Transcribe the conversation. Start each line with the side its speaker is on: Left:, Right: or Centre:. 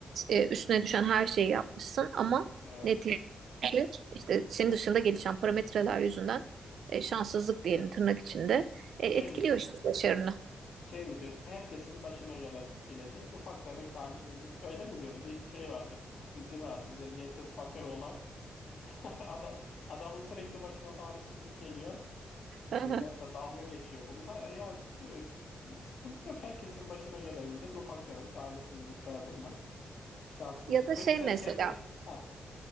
Right: E, üstüne düşen her şeyi yapmışsın ama
Left: Evet.
Right: netice işte senin dışında gelişen parametreler yüzünden e, şanssızlık diyelim tırnak içinde e,
Left: Şey
Right: etkiliyor
Left: mi?
Right: işte başarını.
Left: Şey mi diyorsun? Herkesin başına gelebilecek ufak tefek talihsizlik. Öyle mi diyordu? Bir şey vardı. Dizi vardı. Zengin kız fakir oğlan. <laughs> Ada, adamın sürekli başına talihsizlik geliyor.
Right: Hı
Left: Millet
Right: hı.
Left: de dalga geçiyor bunda. Ya diyor sıkıntı yok. Herkesin başına gelebilecek ufak tefek talihsizlikler bunlar. Şanssız.
Right: Ya da
Left: Peki
Right: şey
Left: sen
Right: mesela
Left: kendini... Ha